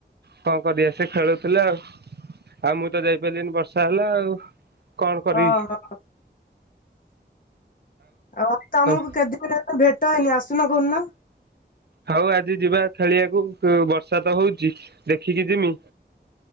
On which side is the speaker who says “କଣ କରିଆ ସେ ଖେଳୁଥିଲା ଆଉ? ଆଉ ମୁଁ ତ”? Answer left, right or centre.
Right